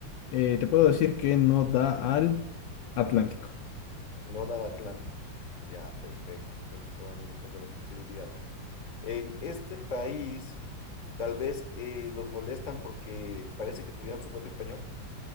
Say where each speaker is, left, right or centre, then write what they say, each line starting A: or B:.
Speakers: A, on the left; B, on the left.
A: Eh, te puedo decir que no da al Atlántico.
B: No da al Atlántico. Ya, perfecto. Entonces se van reduciendo las posibilidades. En este país, tal vez eh, los molestan porque parece que tuvieran su propio español.